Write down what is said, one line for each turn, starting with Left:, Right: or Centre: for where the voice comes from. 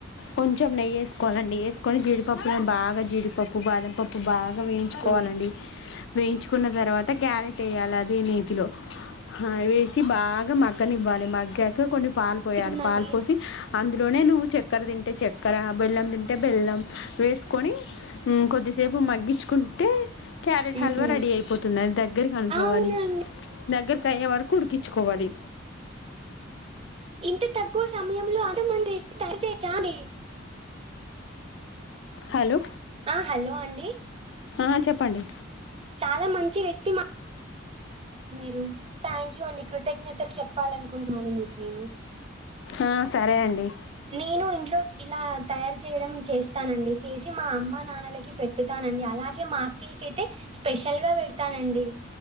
Left: కొంచెం నెయ్యి వేసుకోవాలండి. వేసుకొని జీడిపప్పు బాగా జీడిపప్పు, బాదంపప్పు బా గా వేయించుకోవాలండి
Right: ఆ!
Left: వేయించుకున్న తర్వాత క్యారెట్ వేయాలి అదే నేతిలో వేసి బాగా మగ్గనివ్వాలి మగ్గాక కొన్ని పాలు పోయాలి
Right: ఎంతుందండి?
Left: పాలు పోసి అందులోనే నువ్వు చక్కర తింటే చక్కెర బెల్లం తింటే బెల్లం వేసుకొని కొద్దిసేపు మగ్గించుకుంటే క్యా
Right: హ్మ్.
Left: హల్వా రెడీ అయిపోతుంది అది దగ్గర కనుక్కో
Right: అవునా
Left: వాలి
Right: అండి.
Left: దగ్గర్ కయ్యే వరకు ఉడికించుకోవాలి
Right: ఇంత తక్కువ సమయంలో అంతమంది డిష్ తయరు చేయ్ చాదే
Left: హలో
Right: ఆ హలో అండి
Left: ఆ చెప్పండి
Right: చాలా మంచి రెసిపి మా మీరు థ్యాంక్ యూ అండి కృతజ్ఞతలు చెప్పాలనుకుంటున్నాను మీకు నేను
Left: ఆ సరే అండి
Right: నేను ఇంట్లో ఇలా తయారు చేయడం చేస్తానండి చేసి మా అమ్మనాన్నలకి పెట్టుతానండి అలాగే మా అక్కయ్యకి అయితే స్పెషల్ గా పెడ్తానండి